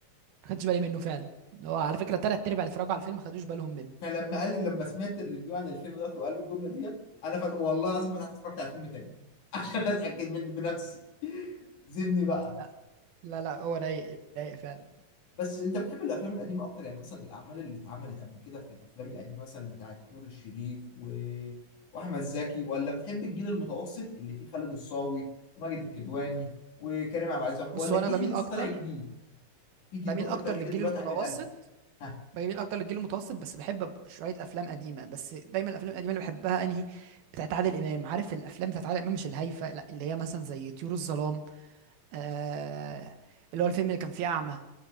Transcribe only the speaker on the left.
فلما قال لي لما سمعت الريفيو عن الفيلم ده وقالوا الجمله دي انا فت... والله العظيم فتحت اتفرجت على الفيلم تاني <laughs> عشان اتاكد من بنفسي زبني بقى
بس انت بتحب الافلام القديمه اكتر يعني مثلا الاعمال اللي اتعملت قبل كده في الافلام القديمه مثلا بتاعت نور الشريف و... واحمد زكي ولا بتحب الجيل المتوسط اللي فيه خالد الصاوي وماجد الكدواني وكريم عبد العزيز عمر-
ولا
الجيل
اللي
لسه طالع جديد في جيل
برضه
طالع
جديد دلوقتي
عامل قلق ها